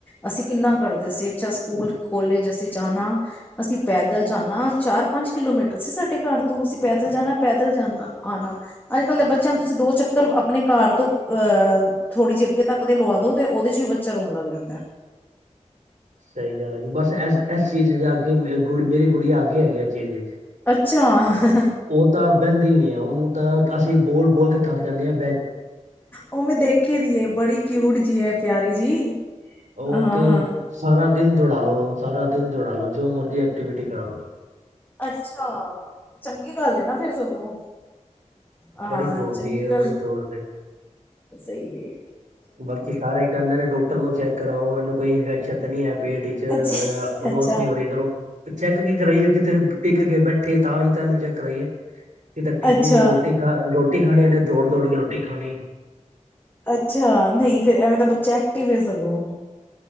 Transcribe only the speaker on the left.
ਅਸੀਂ ਕਿੰਨਾ ਕਰਦੇ ਸੀ ਅੱਛਾ ਸਕੂਲ ਕੋਲਜ ਅਸੀਂ ਜਾਣਾ, ਅਸੀਂ ਪੈਦਲ ਜਾਣਾ। ਚਾਰ ਪੰਜ ਕਿਲੋਮੀਟਰ ਸੀ ਸਾਡ ਤੇ ਘਰ ਤੋਂ ਅਸੀਂ ਪੈਦਲ ਜਾਣਾ। ਪੈਦਲ ਜਾਣਾ ਆਣਾ। ਅੱਜ-ਕੱਲ੍ਹ ਦੇ ਬੱਚਿਆਂ ਨੂੰ ਤੁਸੀਂ ਦੋ ਚੱਕ ਸਿਰਫ ਅਪਣੇ ਘਰ ਤੋਂ ਅਹ ਥੋੜ੍ਹੀ ਜੀ ਅੱਗੇ ਤੱਕ ਦੇ ਲੁਆ ਦੋ ਤੇ ਓਦੇ ਚ ਵੀ ਬੱਚਾ ਰੋਣ ਲੱਗ ਜਾਂਦੈ।
ਚਾਅ ਹ।
ਉਹ ਮੈਂ ਦੇਖੀ ਦੀ ਏ ਬੜੀ ਕਿਊਟ ਜੀ ਹੈ ਪਿਆਰੀ ਜੀ।
ਹਾਂ
ਹਾਂ
ਅੱਛਾ, ਚੰਗੀ ਗੱਲ ਨਾ ਫੇਰ ਸਗੋਂ। ਹਾਂ
ਚੰਗੀ
ਤਾਂਹੀ <unintelligible>
ਅੱਛ
ਅੱਛਾ
ਅੱਛਾ
ਅੱਛਾ ਨਹੀਂ ਫੇਰ ਐਵੇਂ ਤਾਂ ਬੱਚਾ ਐਕਟਿਵ ਹੈ ਸਗੋਂ।